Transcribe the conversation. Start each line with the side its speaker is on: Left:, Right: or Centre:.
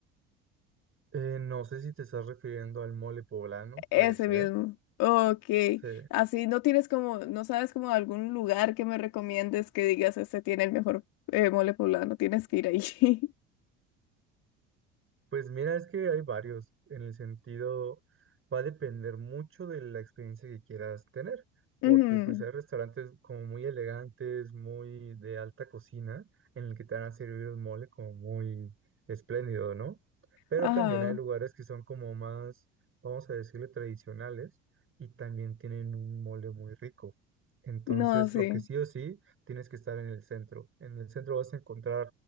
Right: Eh, no sé si te estás refiriendo al mole poblano,
Left: Ese
Right: puede ser.
Left: mismo. Ok.
Right: Sí.
Left: Así no tienes como, no sabes como algún lugar que me recomiendes que digas este tiene el mejor eh, mole poblano, tienes que ir ahí.
Right: Pues mira, es que hay varios, en el sentido, va a depender mucho de la experiencia que quieras tener, porque
Left: <laughs> Ujú,
Right: pues hay restaurantes como muy elegantes, muy de alta cocina, en el que te van a servir el mole como muy espléndido, ¿no? Pero
Left: Ajá.
Right: también hay lugares que son como más, vamos a decirle, tradicionales y también tienen un mole muy rico. Entonces,
Left: No, sí.
Right: lo que sí o sí, tienes que estar en el centro. En el centro vas a encontrar